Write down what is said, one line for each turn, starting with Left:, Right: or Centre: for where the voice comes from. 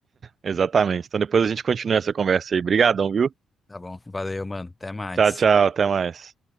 Right: Exatamente. Então depois a gente continua essa conversa aí. Obrigadão, viu?
Left: Tá bom, valeu, mano. Até mais.
Right: Tchau, tchau, até mais.